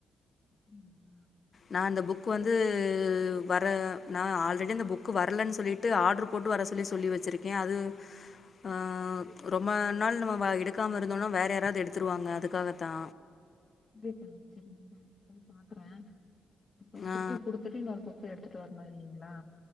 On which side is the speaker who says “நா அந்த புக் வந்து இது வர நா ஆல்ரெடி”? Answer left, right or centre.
Left